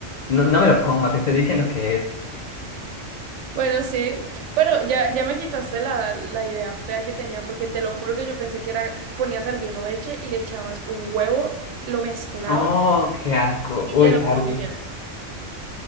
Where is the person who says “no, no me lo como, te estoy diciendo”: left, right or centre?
Left